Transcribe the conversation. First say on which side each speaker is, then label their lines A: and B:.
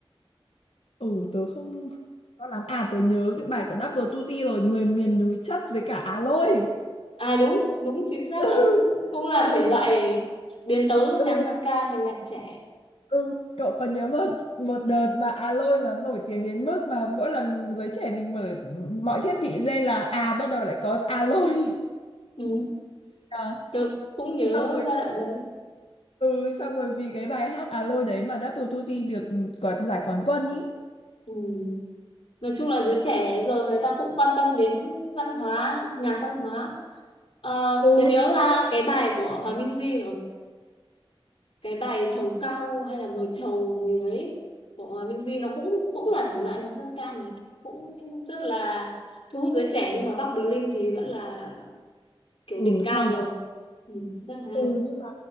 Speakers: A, on the left; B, on the left.
A: ừ tớ không không rõ lắm à tớ nhớ cái bài của Double Tutti rồi người miền núi chất với cả Á Lôi
B: à đúng đúng chính xác
A: ừ
B: nó cũng
A: <laughs>
B: cũng là thể
A: ừ
B: loại biến tấu
A: ừ
B: nhạc dân ca thành nhạc trẻ
A: ừ. cậu còn nhớ một một đợt mà Á Lôi nó nổi tiếng đến mức mà mỗi lần giới trẻ mình mở mọi thiết bị lên là à bắt đầu lại có Á Lôi
B: ừ.
A: à,
B: tớ
A: <laughs>
B: cũng nhớ
A: xong rồi
B: giai đoạn đấy
A: ừ xong rồi vì cái bài hát Á Lôi đấy mà Double Tutti được quả, giải quán quân ý
B: ừ. nói chung là giới trẻ giờ người ta cũng quan tâm đến văn hóa nhạc văn hóa Ờ,
A: ừ
B: tớ nhớ là cái bài của Hòa Minh Di rồi cái bài trầu cau hay là mời trầu gì đấy của Hòa Minh Di nó cũng cũng là thể loại nhạc dân ca này cũng rất là thu hút giới trẻ nhưng mà Bắc Berlin thì vẫn là kiểu
A: ừ
B: đỉnh cao
A: hay
B: rồi ừ, rất hay
A: Ừ nhưng mà